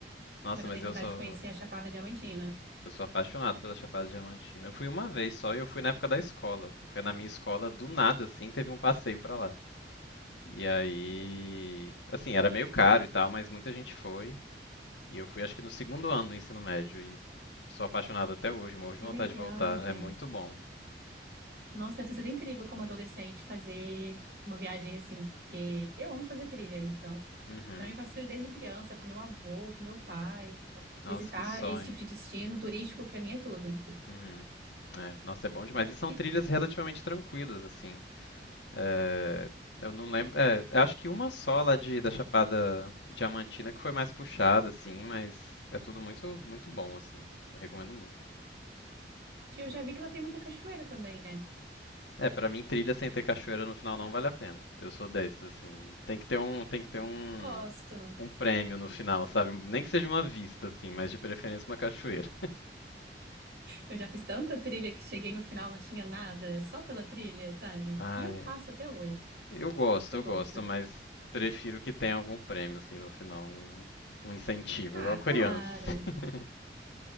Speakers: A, on the left; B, on the right.
A: Nossa,
B: Mas eu
A: mas
B: tenho
A: eu
B: vontade
A: sou,
B: de conhecer a Chapada Diamantina.
A: eu sou apaixonado pela Chapada Diamantina. Eu fui uma vez só e eu fui na época da escola, porque na minha escola, do nada, assim, teve um passeio pra lá. E aí, assim, era meio caro e tal, mas muita gente foi. E eu fui acho que no segundo ano do ensino médio e sou apaixonado até hoje, morro de
B: Que
A: vontade
B: legal,
A: de voltar.
B: gente.
A: É muito bom.
B: Nossa, deve ter sido incrível como adolescente fazer uma viagem assim, porque eu amo fazer trilha, então,
A: Uhum.
B: para mim faço trilha desde criança, com meu avô, com meu pai, então,
A: Nossa,
B: visitar
A: que sonho.
B: esse tipo de destino turístico para mim é tudo.
A: Uhum. É, nossa, é bom demais. E são
B: E
A: trilhas relativamente tranquilas, assim. É, eu não lembro. É, eu acho que uma só lá de, da Chapada Diamantina que foi mais puxada, assim, mas é tudo muito, muito bom, assim. Eu recomendo muito.
B: eu já vi que lá tem muita cachoeira também, né?
A: É, pra mim trilha sem ter cachoeira no final não vale a pena. Eu sou desses assim, de- tem que ter um, tem que ter um
B: Gosto.
A: um prêmio no final, sabe? Nem que seja uma vista assim, mas de preferência uma cachoeira.
B: Eu já fiz tanta trilha que cheguei no final não tinha nada, só pela trilha, sabe?
A: Ai,
B: E eu faço até hoje.
A: eu gosto,
B: Eu
A: eu
B: gosto.
A: gosto, mas prefiro que tenha algum prêmio assim no final, um, um incentivo,
B: Ah,
A: igual a criança.
B: claro. <laughs>
A: <laughs>